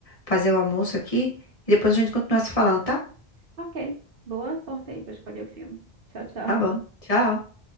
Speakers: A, on the left (about 35°); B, on the right (about 60°).
A: fazer o almoço aqui e depois a gente continua se falando, tá?
B: Ok, boa sorte aí para escolher o filme. Tchau, tchau.
A: Tá bom. Tchau.